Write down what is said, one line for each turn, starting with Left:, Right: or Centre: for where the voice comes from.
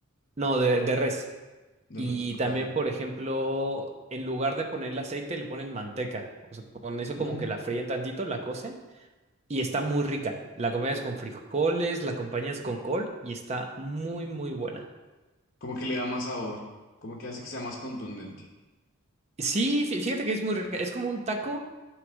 Right: No, de, de res. Y
Left: De res,
Right: también,
Left: ok.
Right: por ejemplo, en lugar de ponerle aceite, le ponen manteca. O sea, con eso
Left: Mm,
Right: como que la fríen tantito, la cocen y está muy rica. La acompañas con frijoles, la acompañas con col y está muy, muy buena.
Left: Como que le da más sabor, como que hace que sea más contundente.
Right: Sí, fí- fíjate que es muy rica. Es como un taco,